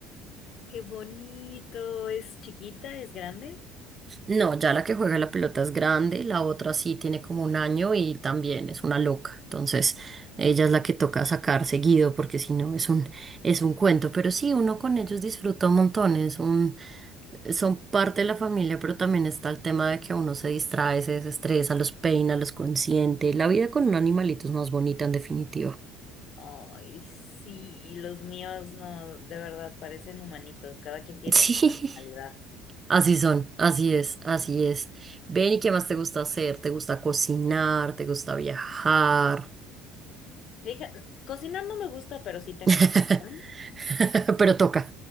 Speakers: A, on the left; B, on the right.
A: Qué bonito, es chiquita, es grande.
B: No, ya la que juega la pelota es grande, la otra sí tiene como un año y también es una loca. Entonces, ella es la que toca sacar seguido porque si no es un, es un cuento. Pero sí, uno con ellos disfruta un montón, es un, son parte de la familia, pero también está el tema de que uno se distrae, se desestresa, los peina, los consiente. La vida con un animalito es más bonita en definitiva.
A: Ay, sí, y los míos no, de verdad, parecen humanitos, cada quien tiene
B: <laughs> Sí,
A: su personalidad.
B: así son, así es, así es. Ven, ¿y qué más te gusta hacer? ¿Te gusta cocinar? ¿Te gusta viajar?
A: Fíjate, cocinar no me gusta, pero sí tengo
B: <laughs>
A: sazón.
B: <laughs> Pero toca.